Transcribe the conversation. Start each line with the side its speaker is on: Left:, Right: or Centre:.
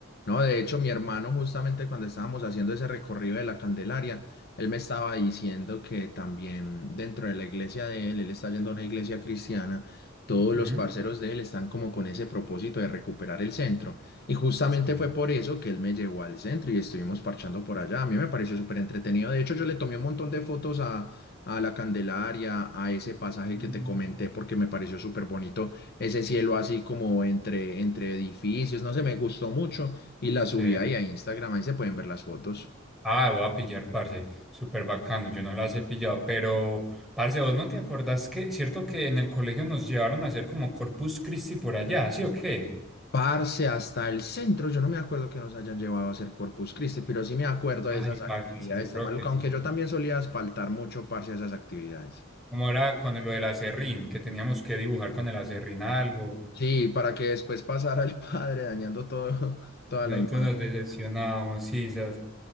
Left: No, de hecho, mi hermano, justamente cuando estábamos haciendo ese recorrido de la Candelaria, él me estaba diciendo que también dentro de la iglesia de él, él está yendo a una iglesia cristiana, todos
Centre: Ujú.
Left: los parceros de él están como con ese propósito de recuperar el centro. Y justamente
Centre: Sí.
Left: fue por eso que él me llevó al centro y estuvimos parchando por allá. A mí me pareció súper entretenido. De hecho, yo le tomé un montón de fotos a, a la Candelaria, a ese pasaje
Centre: Ujú.
Left: que te comenté, porque me pareció súper bonito ese cielo así como entre, entre edificios, no sé, me gustó mucho y la
Centre: Sí.
Left: subí ahí a Instagram, ahí se pueden ver las fotos.
Centre: Ah, voy a pillar, parce, súper bacano, yo no las he pillado, pero, parce, vos no te acordás que, cierto que en el colegio nos llevaron a hacer como Corpus Christi por allá, ¿sí o qué?
Left: Parce, hasta el centro, yo no me acuerdo que nos hayan llevado a hacer Corpus Christi, pero sí me acuerdo
Centre: Ay,
Left: de esas
Centre: parce,
Left: actividades
Centre: yo creo
Left: tan malucas,
Centre: que sí.
Left: aunque yo también solía asfaltar mucho, parce, a esas actividades.
Centre: Como era con lo del acerrín, que teníamos que dibujar con el acerrín algo,
Left: Sí, para que después pasara el <laughs> padre dañando todo, <laughs> toda
Centre: y nosotros
Left: la imagen.
Centre: nos decepcionábamos, sisas.